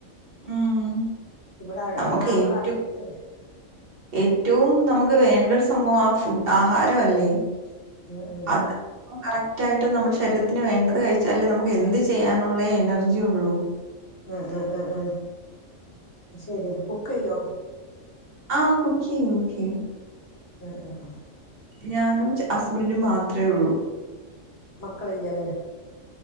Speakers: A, on the right (about 50°); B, on the left (about 55°).
A: മ്മ്
B: ഇവിടെ
A: നമുക്ക്
B: അങ്ങ നമ്മള
A: ഏറ്റവും
B: അടുത്ത്
A: ഏറ്റവും നമുക്ക് ക്ക് വേണ്ട ഒരു സംഭവം ആ ഫുഡ് ആഹാരൊവല്ലേ
B: ഉം ഉം
A: അത് കറക്ട് തായിട്ട് നമ്മുടെ ശരീരത്തിന് വേണ്ടത് കഴിച്ചാലല്ലേ നമക്ക് എന്ത് ചെയ്യാനുള്ള എനർജിയൊള്ളൂ
B: ആ ആ ആ ആ ശരിയാ കുക്കെയ്യോ
A: ആ കുക്കെയും കുക്കെയും
B: ആആ ആ
A: ഞാനും ഹസ്ബൻ്റും മാത്രേ ഉള്ളൂ
B: മക്കള ഇല്ലാല